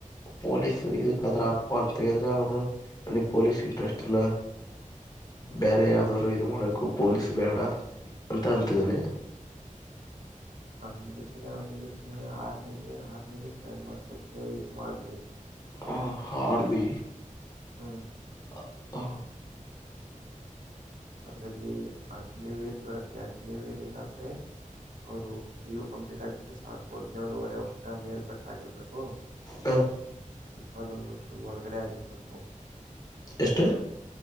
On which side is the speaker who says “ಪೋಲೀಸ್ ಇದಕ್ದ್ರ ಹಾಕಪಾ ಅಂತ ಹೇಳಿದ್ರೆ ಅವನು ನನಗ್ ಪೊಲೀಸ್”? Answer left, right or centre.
Left